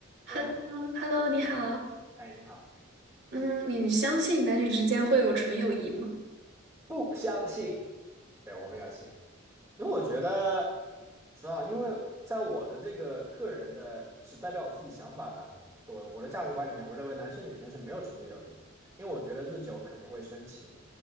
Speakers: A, on the right; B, on the right.
A: Hello，Hello，
B: Hello，
A: 你好。
B: 哎，你好，
A: 嗯，你相信男女之间会有纯友谊吗？
B: 不相信，对，我不相信，因为我觉得，不知道，因为在我的这个个人的只代表我自己想法的，我我的价值观里面，我认为男生女生是没有纯洁友谊的，因为我觉得日久肯定会生情。